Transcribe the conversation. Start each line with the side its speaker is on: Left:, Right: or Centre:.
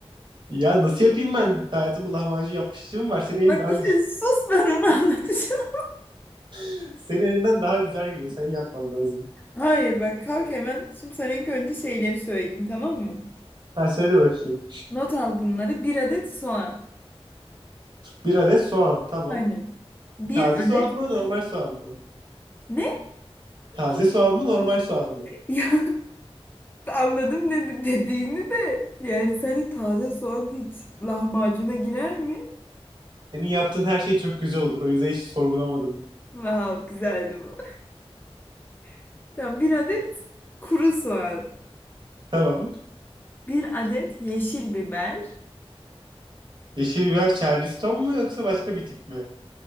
Right: Ya nasıl yapayım ben? Hayatımda lahmacun yapmışlığım var. Senin elin
Left: Bak
Right: daha
Left: işte
Right: güzel.
Left: sus ben onu <laughs> anlatacağım.
Right: <laughs> Senin elinden daha güzel geliyor. Sen yapman lazım.
Left: Hayır bak kalk hemen. Şimdi sana ilk önce şeyleri söyleyeyim tamam mı?
Right: Ha söyle bakayım.
Left: Not al bunları. Bir adet soğan.
Right: Bir adet soğan. Tamam.
Left: Aynen. Bir
Right: Taze soğan
Left: adet
Right: mı, normal soğan mı?
Left: ne? <laughs>
Right: Taze soğan mı, normal soğan mı?
Left: Ya anladım dedi dediğini de. Yani sence taze soğan hiç lahmacuna girer mi?
Right: Senin yaptığın her şey çok güzel olur. O yüzden hiç sorgulamadım.
Left: Vav güzeldi bu. <laughs> Tamam bir adet kuru soğan.
Right: Tamam.
Left: Bir adet yeşil biber.
Right: Yeşil biber Charleston mu yoksa başka bir tip mi?